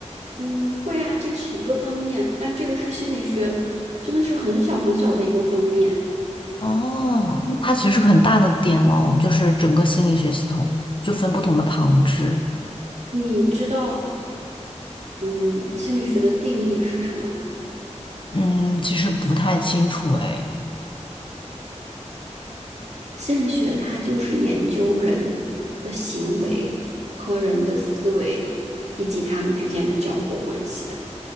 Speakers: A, on the right (about 65°); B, on the left (about 45°).
A: 嗯，会啊，这个是一个方面，但这个是心理学，真的是很小很小的一个方面。
B: 哦，那它其实是个很大的点喽，就是整个心理学系统就分不同的旁支。
A: 你知道，嗯，心理学的定义是什么？
B: 嗯，其实不太清楚哎。
A: 心理学它就是研究人的行为和人的思维，以及他们之间的交互关系的。